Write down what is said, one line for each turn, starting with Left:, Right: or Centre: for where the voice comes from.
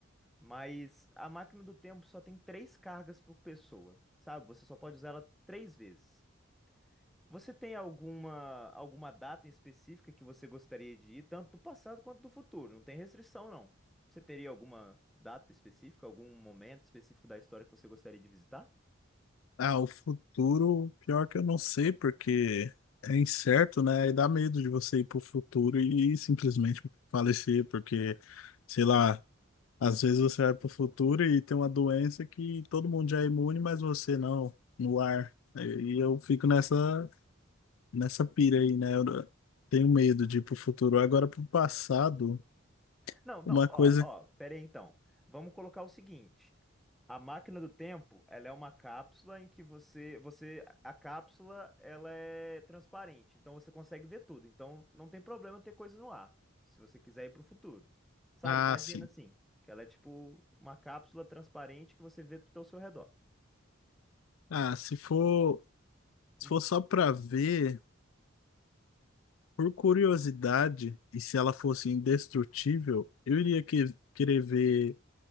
Centre: mas a máquina do tempo só tem três cargas por pessoa, sabe? Você só pode usar ela três vezes. Você tem alguma, alguma data em específica que você gostaria de ir, tanto do passado quanto do futuro? Não tem restrição, não. Você teria alguma data específica, algum momento específico da história que você gostaria de visitar?
Left: Ah, o futuro, pior que eu não sei, porque é incerto, né? E dá medo de você ir pro futuro e simplesmente falecer, porque, sei lá, às vezes você vai pro futuro e tem uma doença que todo mundo já é imune, mas você não, no ar. E eu fico nessa, nessa pira aí, né? Eu tenho medo de ir pro futuro. Agora, pro passado,
Centre: Não, não,
Left: uma
Centre: ó,
Left: coisa.
Centre: ó, pera aí então. Vamos colocar o seguinte. A máquina do tempo, ela é uma cápsula em que você, você, a cápsula, ela é transparente, então você consegue ver tudo. Então não tem problema ter coisa no ar, se você quiser ir para o futuro. Sabe?
Left: Ah,
Centre: Imagina
Left: sim.
Centre: assim, que ela é tipo uma cápsula transparente que você vê tudo ao seu redor.
Left: Ah, se for, se
Centre: Hum.
Left: for só pra ver. Por curiosidade, e se ela fosse indestrutível, eu iria que- querer ver